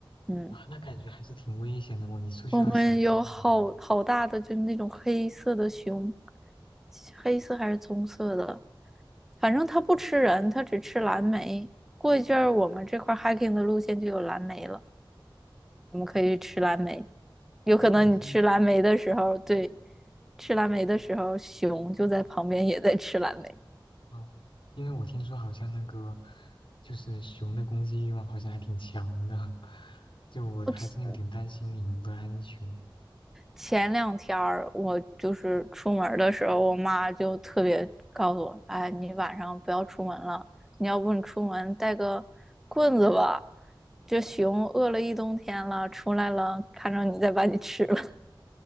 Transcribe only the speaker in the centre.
嗯，
我们有好好大的，就是那种黑色的熊，黑色还是棕色的，反正它不吃人，它只吃蓝莓。过一阵儿，我们这块儿 hiking 的路线就有蓝莓了。我们可以去吃蓝莓。有可能你吃蓝莓的时候，
对，吃蓝莓的时候，熊就在旁边也在吃蓝莓。
我前前两天儿，我就是出门儿的时候，我妈就特别告诉我，哎，你晚上不要出门了，你要不你出门带个棍子吧，这熊饿了一冬天了，出来了，看着你再把你吃了。